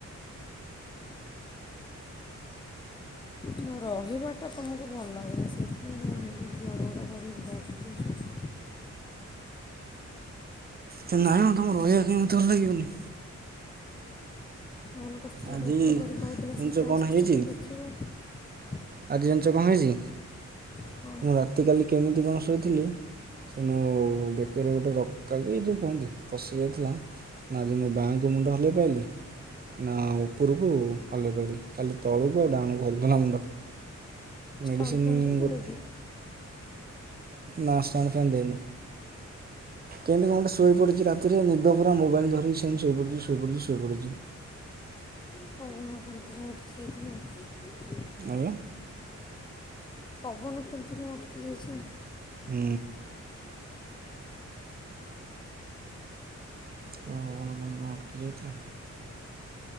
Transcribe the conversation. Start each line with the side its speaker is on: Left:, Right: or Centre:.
Left: ମୋ ରହିବାଟା ତମକୁ ଭଲ ଲାଗୁନି ସେଇଥିପାଇଁ ତମେ ଜୁଆଡୁ ଗୋଟା କରିକି ବିଦା କରିଦୋଉଚ।
Right: ହେ ନାଇମ ତମ ରହିବା କାଇଁ ମୋତେ ଭଲ ଲାଗିବନି।
Left: ନହେଲେ ଗୋଟେ ସ୍ତ୍ରୀଟେ
Right: ଆଜି
Left: ଏତେ କରି କହିଥିଲେ
Right: ଜାଣିଛ
Left: ଶୀତଳ
Right: କ'ଣ
Left: ଷଷ୍ଠୀ
Right: ହେଇଛି
Left: ଟିକେ ଦେଖିବ।
Right: ଆଜି ଜାଣିଚ କଣ ହେଇଛି
Left: କ'ଣ
Right: ମୁଁ ରାତି କାଲି କେମିତି କଣ ଶୋଇଥିଲି ସେ ମାନେ ଯୋଉ ବେକେରେ ଗୋଟେ ରକା କି ଏ ଯଉ କୁହନ୍ତି ପଶି ଯାଇଥିଲା। ନା ଆଜି ମୁଁ ବାଆଁଙ୍କୁ ମୁଣ୍ଡ ହଲେଇ ପାଇଲିି ନା ଉପରକୁ ହଲେଇ ପାଇଲି। ଖାଲି ତଳକୁ ଆଉ ଡାହାଣୁକୁ ହଲୁଥିଲା ମୁଣ୍ଡ।
Left: ଷ୍ଟାଣ୍ଡ
Right: ମେଡ଼ିସିନି
Left: ଫ୍ୟାନ୍ ଦେଇଥିଲେ
Right: ଗୋ
Left: କି
Right: ନା ଷ୍ଟାଣ୍ଡ ଫ୍ୟାନ୍ ଦେଇନି। କେମିତି କଣ ଗୋଟେ ଶୋଇପଡ଼ିଛି ରାତିରେ ନିଦ ପୁରା ମୋବାଇଲ ଧରିକି ସେମିତ ଶୋଇପଡ଼ିଛି ଶୋଇପଡ଼ିଛି ଶୋଇପଡ଼ିଛି।
Left: ଓହୋ କେମିତି କଣ ଗୋଟେ ପଶିଯାଇଥିବ ଆଉ।
Right: ଆଜ୍ଞା।
Left: ପବନ କେମିତି କଣ ଅଟକି ଯାଇଛି ଆଉ।
Right: ହୁଁ। ପବନ କେମିତି କଣ ଅଟକି ଯାଇଥିଲା।